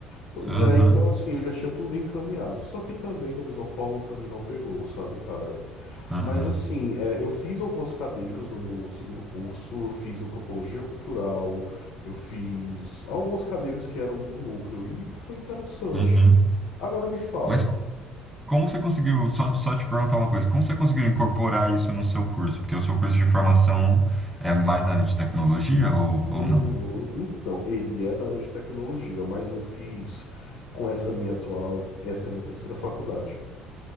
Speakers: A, on the left; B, in the centre.
A: Pois
B: Aham,
A: é, então assim, eu já tinha tudo encaminhado. Só que também, da mesma forma, pra mim não pegou, sabe, cara?
B: aham,
A: Mas assim, é, eu fiz algumas cadeiras no meu segundo curso, eu fiz antropologia cultural, eu fiz algumas cadeiras que eram do núcleo e foi interessante.
B: uhum.
A: Agora me fala,
B: Mas co- como você conseguiu, só, só te perguntar uma coisa, como você conseguiu incorporar isso no seu curso? Porque o seu curso de formação é mais na área de tecnologia ou,
A: uhum,
B: ou não?
A: então, ele é da área de tecnologia, mas eu fiz com essa minha atual, essa é a minha terceira faculdade.